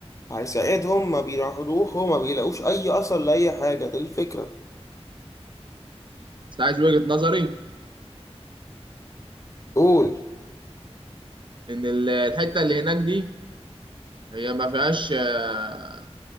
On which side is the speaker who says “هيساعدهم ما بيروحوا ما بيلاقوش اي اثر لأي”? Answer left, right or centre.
Left